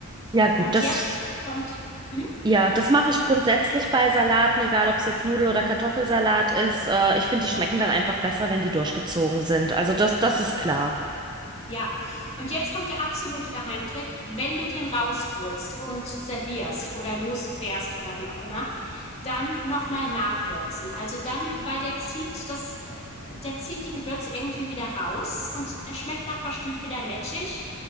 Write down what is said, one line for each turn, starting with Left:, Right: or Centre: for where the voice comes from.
Right: Ja, gut,
Left: Und
Right: das,
Left: jetzt kommt, hm?
Right: ja, das mache ich grundsätzlich bei Salaten, egal ob es jetzt Nudel- oder Kartoffelsalat ist. Äh, ich finde, die schmecken dann einfach besser, wenn die durchgezogen sind. Also das, das ist klar.
Left: ja, und jetzt kommt der absolute Geheimtrick, wenn du den rausholst und servierst oder losfährst oder wie auch immer, dann nochmal nachwürzen. Also dann, weil der zieht das, der zieht die Gewürze irgendwie wieder raus und der schmeckt nach ein paar Stunden wieder lätschig.